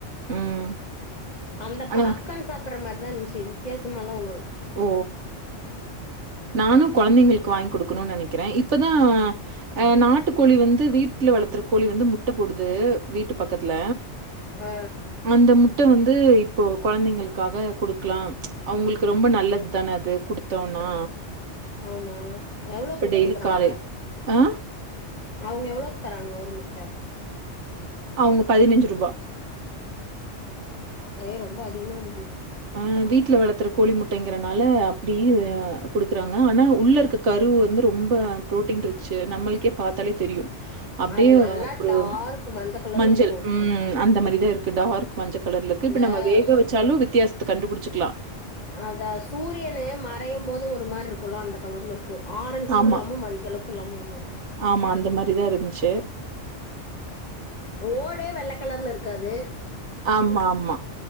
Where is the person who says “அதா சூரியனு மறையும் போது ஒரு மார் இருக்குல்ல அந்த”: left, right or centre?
Left